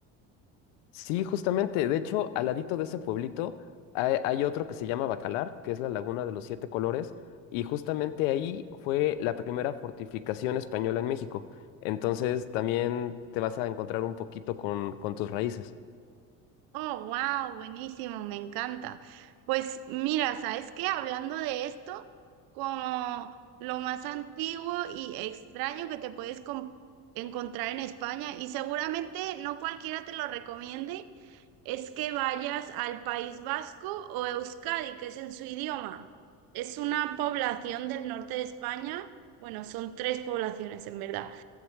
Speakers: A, on the left; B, on the right.
A: Sí, justamente. De hecho, al ladito de ese pueblito hay, hay otro que se llama Bacalar, que es la Laguna de los Siete Colores, y justamente ahí fue la primera fortificación española en México. Entonces también te vas a encontrar un poquito con, con tus raíces.
B: Oh, wow, buenísimo, me encanta. Pues mira, ¿sabes qué? Hablando de esto, como lo más antiguo y extraño que te puedes com- encontrar en España, y seguramente no cualquiera te lo recomiende, es que vayas al País Vasco o Euskadi, que es en su idioma. Es una población del norte de España, bueno, son tres poblaciones en verdad.